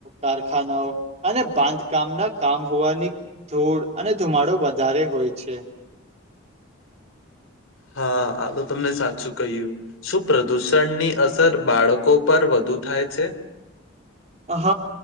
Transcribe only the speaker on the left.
હા આ તો તમે સાચું કહ્યું. શું પ્રદુષણની અસર બાળકો પર વધુ થાય છે?